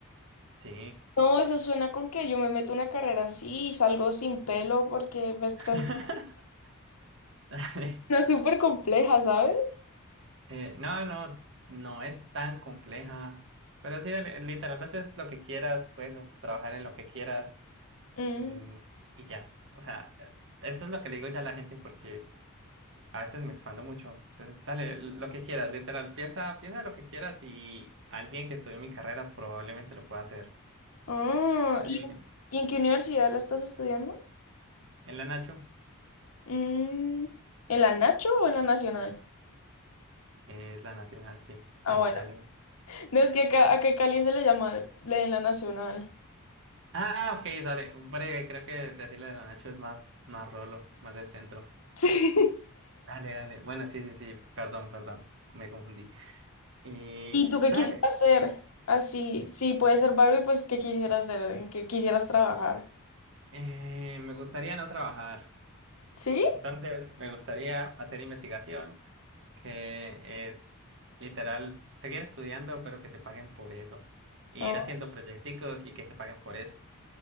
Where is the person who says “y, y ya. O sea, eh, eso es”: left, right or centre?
Right